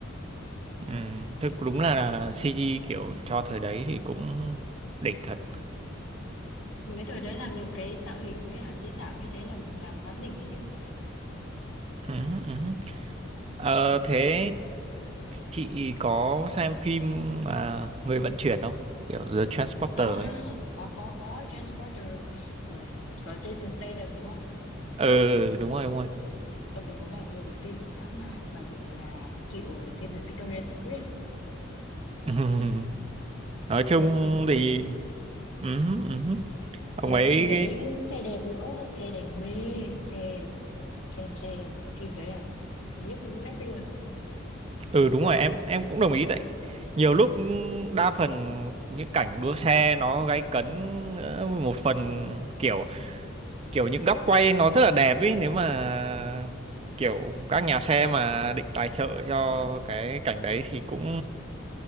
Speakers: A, on the right; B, on the left.
A: ừ thực đúng là CG kiểu cho thời đấy thì cũng đỉnh thật
B: một cái thời đấy làm được cái tạo hình với cả kỹ xảo như thế là là quá đỉnh ấy chứ
A: ừ, ừ. ừ. Ờ, thế chị có xem phim à, người vận chuyển không kiểu The Transporter
B: À,
A: ấy
B: có có có Transporter ờ, có Jason Statham đúng không?
A: ừ đúng rồi đúng rồi <laughs>
B: Ông đấy có bà vợ xinh dã man, bà vợ là cựu ờ, thiên thần Victoria's Secret,
A: Ừm, nói chung
B: vợ xinh.
A: thì ừm ừ. ông
B: Mà
A: ấy
B: cái phim đấy xe đẹp nữa, xe đẹp mê, xe xem xe cái phim đấy là nhức nách luôn.
A: ừ đúng rồi em em cũng đồng ý đấy nhiều lúc đa phần những cảnh đua xe nó gay cấn ờ, một phần kiểu kiểu những góc quay nó rất là đẹp ấy nếu mà kiểu các nhà xe mà định tài trợ cho cái cảnh đấy thì cũng